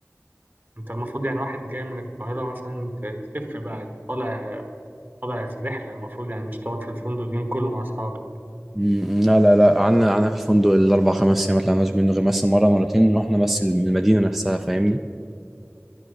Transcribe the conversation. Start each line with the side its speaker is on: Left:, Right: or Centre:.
Right: انت المفروض يعني واحد جاي من القاهرة مثلا ت- تلف بقى طالع طالع رحلة المفروض يعني مش تقعد في الفندق اليوم كله مع أصحابك
Centre: م- لا لا لا قعدنا قعدنا في الفندق الاربع خمس ايام ما طلعناش منه غير مثلا مره مرتين رحنا بس المدينه نفسها فاهمني